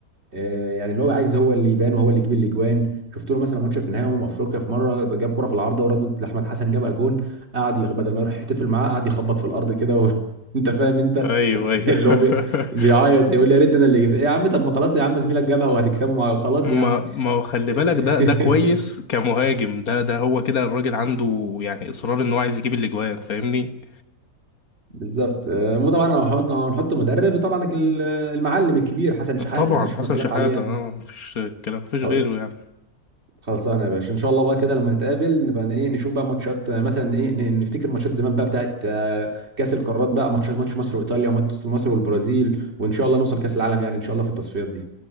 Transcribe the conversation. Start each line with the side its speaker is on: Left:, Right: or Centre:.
Right: آه، يعني اللي هو عايز هو اللي يبان وهو اللي يجيب الاجوان شفت له مثلا ماتش في نهائي امم افريقيا في مره جاب كره في العارضه وردت لاحمد حسن جابها جون قعد يخ- بدل ما يروح يحتفل معاه قعد يخبط في الارض كده و... <laughs> انت فاهم انت
Left: ايوه
Right: <laughs>
Left: ايوه
Right: اللي
Left: <laughs>
Right: هو بي... بيعيط يقول لي يا ريت انا اللي جبت إيه يا عم طب ما خلاص يا عم زميلك جابها وهتكسبه مع خلاص
Left: ما
Right: يعني
Left: ما هو خلي
Right: <laughs>
Left: بالك ده ده كويس كمهاجم ده ده هو كده الراجل عنده يعني اصرار ان هو عايز يجيب الاجوان فاهمني
Right: بالظبط آه، مو طبعا لو هنحط لو هنحط مدرب طبعا ال- المعلم الكبير حسن شحاته
Left: طبعا
Right: مفيش
Left: حسن
Right: خلاف
Left: شحاتة
Right: عليه يعني
Left: اه مفيش كلام مفيش
Right: خل-
Left: غيره يعني
Right: خلصانه يا باشا ان شاء الله بقى كده لما نتقابل نبقى ن- ايه نشوف بقى ماتشات آه، مثلا ايه ن- نفتكر ماتشات زمان بقى بتاعت آه، كاس القارات بقى ماتشات ماتش مصر وايطاليا وماتش مصر والبرازيل وان شاء الله نوصل كاس العالم يعني ان شاء الله في التصفيات دي